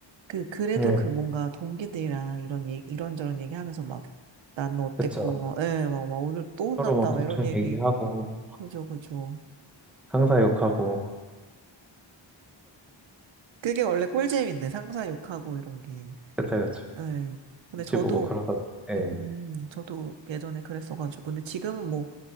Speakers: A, on the right; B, in the centre.
A: 그, 그래도
B: 네,
A: 그 뭔가 동기들이랑 이런, 얘- 이런저런 얘기하면서 막, 난 어땠고,
B: 그쵸.
A: 막, 예, 막, 막 오늘 또 혼났다,
B: 서로 막 고충
A: 막 이런 얘기.
B: 얘기하고,
A: 그죠, 그죠.
B: 상사 욕하고,
A: 그게 원래 꿀잼인데, 상사 욕하고 이런 게.
B: 그쵸, 그쵸.
A: 예. 근데
B: 눈치
A: 저도
B: 보고 그러다, 네.
A: 음, 저도 예전에 그랬어가지고. 근데 지금은 뭐,